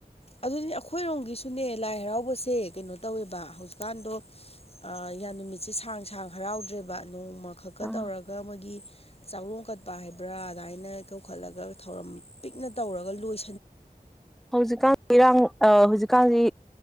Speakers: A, on the left (about 40°); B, in the centre.
A: ꯑꯗꯨꯅꯦ ꯑꯈꯣꯏꯔꯣꯝꯒꯤꯁꯨꯅꯦ ꯂꯥꯏ ꯍꯔꯥꯎꯕꯁꯦ ꯀꯩꯅꯣ ꯇꯧꯋꯦꯕ ꯍꯧꯖꯤꯛꯀꯥꯟꯗꯣ ꯌꯥꯝ ꯅꯨꯃꯤꯠꯁꯦ ꯑ ꯁꯥꯡ-ꯁꯥꯡ ꯍꯔꯥꯎꯗ꯭ꯔꯦꯕ ꯅꯣꯡꯃ ꯈꯛꯀ
B: ꯑꯥ
A: ꯇꯧꯔꯒ ꯃꯣꯏꯒꯤ ꯆꯥꯛꯔꯣꯡ ꯀꯠꯄ ꯍꯥꯏꯕ꯭ꯔꯥ ꯑꯗꯨꯃꯥꯏꯅ ꯀꯧꯈꯠꯂꯒ ꯊꯧꯔꯝ ꯄꯤꯛꯅ ꯇꯧꯔꯒ ꯂꯣꯏ
B: ꯍꯧꯖꯤꯛꯀꯥꯟ ꯏꯔꯥꯡꯑ ꯍꯧꯖꯤꯛꯀꯥꯟꯁꯤ